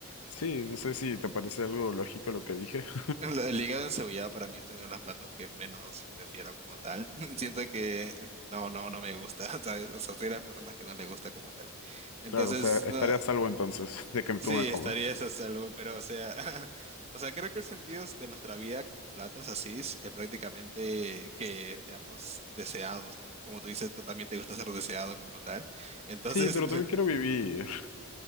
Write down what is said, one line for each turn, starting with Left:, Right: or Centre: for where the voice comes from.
Left: sí, no sé si te parece algo lógico lo que dije. <laughs>
Right: El, el hígado encebollado para mí es uno de los platos que menos prefiero como tal. <laughs> Siento que no, no, no me gusta, <laughs> ¿sabes? O sea, soy de las personas que no le gusta como tal. Entonces,
Left: Claro, o sea, estaré
Right: no,
Left: a salvo entonces de que
Right: sí,
Left: tú me comas.
Right: estaría eso a salvo, pero o sea, <laughs> o sea, creo que el sentido de nuestra vida como platos así es, eh, prácticamente que seamos deseados, ¿no? Como tú dices, tú también te gusta ser deseado como tal. Entonces,
Left: Sí, pero
Right: <laughs>
Left: también quiero vivir,